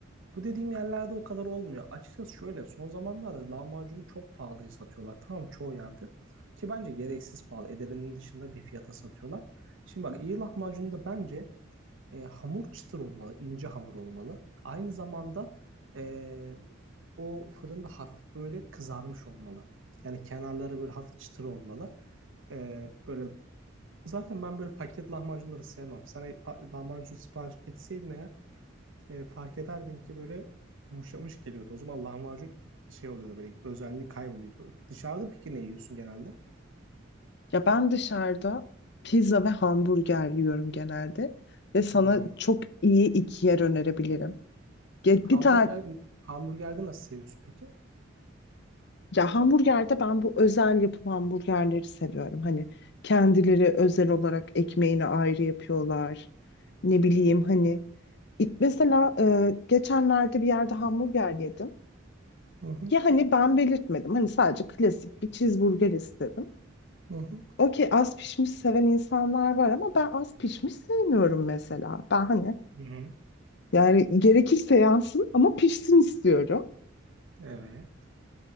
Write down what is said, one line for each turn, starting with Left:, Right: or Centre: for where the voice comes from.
Right: Bu dediğim yerlerde o kadar olmuyor. Açıkçası şöyle son zamanlarda lahmacunu çok pahalıya satıyorlar. Tamam çoğu yerde. Ki bence gereksiz pahalı. Ederinin dışında bir fiyata satıyorlar. Şimdi bak iyi lahmacun da bence e, hamur çıtır olmalı. ince hamur olmalı. Aynı zamanda e, o fırında hafif böyle kızarmış olmalı. Yani kenarları böyle hafif çıtır olmalı. E, böyle zaten ben böyle paket lahmacunları sevmem. Sen e, pa- lahmacun sipariş etseydin eğer e, fark ederdin ki böyle yumuşamış geliyordu. O zaman lahmacun şey oluyordu böyle özelliği kayboluyordu. Dışarıda peki ne yiyorsun genelde?
Left: Ya ben dışarıda pizza ve hamburger yiyorum genelde ve sana
Right: Hmm.
Left: çok iyi iki yer önerebilirim. Ge-
Right: Hamburger,
Left: Bir tane
Right: hamburgerde nasıl seviyorsun peki?
Left: ya hamburgerde ben bu özel yapım hamburgerleri seviyorum. Hani kendileri özel olarak ekmeğini ayrı yapıyorlar. Ne bileyim hani Mesela e, geçenlerde bir yerde hamburger yedim.
Right: Hı hı,
Left: Ya hani ben belirtmedim. Hani sadece klasik bir cheeseburger istedim.
Right: hı hı.
Left: Okey az pişmiş seven insanlar var ama ben az pişmiş sevmiyorum mesela. Ben hani
Right: Hı hı.
Left: yani gerekirse yansın ama pişsin istiyorum.
Right: Evet.